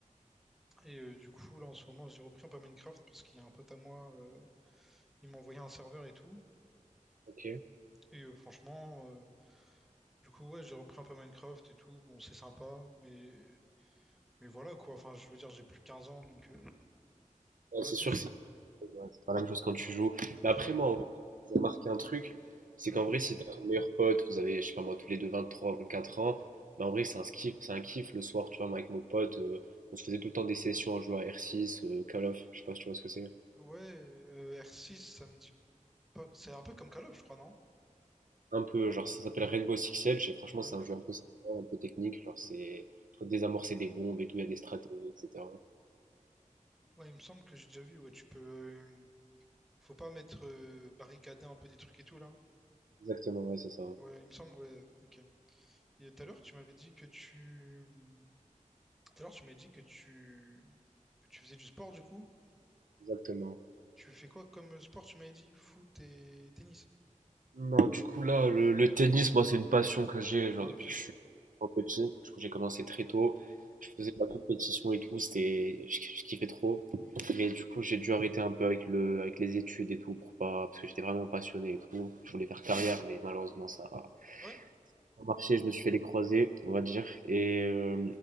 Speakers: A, in the centre; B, on the right.
A: Et euh, du coup, là, en ce moment, j'ai repris un peu Minecraft parce qu'il y a un pote à moi, euh, il m'a envoyé un serveur et tout.
B: Ok.
A: Et euh, franchement. euh, Du coup, ouais, j'ai repris un peu Minecraft et tout. Bon, c'est sympa, mais Mais voilà quoi, enfin je veux dire, j'ai plus 15 ans, donc euh,
B: Ouais,
A: voilà,
B: c'est
A: tu
B: sûr
A: sais, je.
B: que Ouais, c'est pas la même chose quand tu joues. Mais
A: Ouais,
B: après, moi, en vrai, j'ai remarqué un truc, c'est
A: Hmm.
B: qu'en vrai, si t'as ton meilleur pote, vous avez, je sais pas moi, tous les deux vingt trois vingt quatre ans, bah en vrai, c'est un kiff, c'est un kiff le soir, tu vois, moi, avec mon pote, euh, on se faisait tout le temps des sessions à jouer à R6, euh, Call of, je sais pas si tu vois ce que c'est.
A: ouais euh, r six ça me dit pas. C'est un peu comme Call of, je crois, non?
B: Un peu, genre, ça s'appelle Rainbow Six Siege, et franchement,
A: Ouais.
B: c'est un jeu un peu sympa, un peu technique, genre, c'est, faut désamorcer des bombes et tout, il y a des stratégies, etc.
A: Ouais, il me semble que j'ai déjà vu, ouais, tu peux. euh, Faut pas mettre euh, barricadé un peu des trucs et tout là.
B: Exactement, ouais, c'est ça,
A: Ouais, il me semble, ouais, ok. Et tout à l'heure, tu m'avais dit que tu. hmm, Tout à l'heure, tu m'as dit que tu. que tu faisais du sport du coup.
B: exactement.
A: Tu fais quoi comme sport, tu m'avais dit? Foot et tennis.
B: Non, du coup, là, le, le tennis, moi, c'est une passion que j'ai, genre,
A: Ah,
B: depuis
A: ok,
B: que
A: ouais.
B: je suis trop petit. Du coup, j'ai commencé très tôt. Je faisais de la compétition et tout, c'était, je, je kiffais trop. Mais du coup, j'ai dû arrêter un peu avec le, avec les études et tout, pour pas, parce que j'étais vraiment passionné et tout. Je voulais faire carrière, mais malheureusement, ça a
A: Ah Ouais?
B: pas marché. Je me suis fait les croisés, on va dire. Et euh,